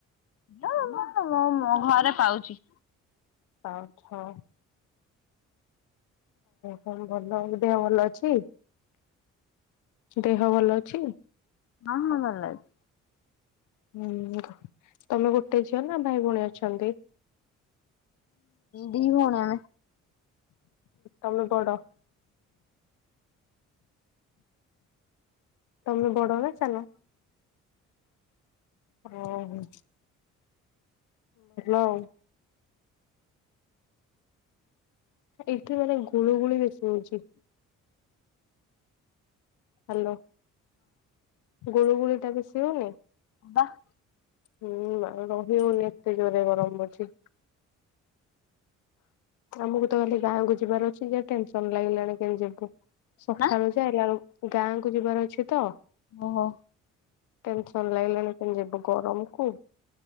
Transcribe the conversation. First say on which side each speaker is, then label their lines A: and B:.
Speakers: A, on the left; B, on the left.
A: ମୁ ମୁଁ ମୋ ଘରେ ପାଉଛି।
B: ଆଛା। ହ ଭଲ ଦେହ ଭଲ ଅଛି ଦେହ ଭଲ ଅଛି।
A: ହଁ ହଁ ଭଲ ଅଛି।
B: ହୁଁ ତମେ ଗୋଟେ ଝିଅ ନା ଭାଇ ଭଉଣୀ ଅଛନ୍ତି?
A: ଦି ହଣମେ।
B: ତମେ ବଡ? ତମେ ବଡ ନା ସାନ? ଓହୋଲ ଆଉ। ଏଇଠି ମାନେ ଗୁଳୁ ଗୁଳି ବେଶୀ ହଉଛି। ହ୍ୟାଲୋ ଗରୁ ଗୁଡ ଟାକିସିିବନି।
A: ବାହ
B: ହୁଁ ଆଉ ରହି ହଉନି ଏତେ ଜୋରରେ ଗରମ ଅଛିି। ଆମକୁ ତ ଖାଲି ଗାଁକୁ ଯିବାର ଅଛି ଯ ଟେନସନ ଲାଗିଲାଣି କେ ଯିବୁ। ସକାଳୁ
A: ନା
B: ଯାଇିଲ ଗାଁ କୁ ଯିବାର ଅଛି ତ
A: ଓହୋ।
B: ଟେନସନ ଲାଗିଲାଣି କେମ ଯିବ ଗରମକୁୁ।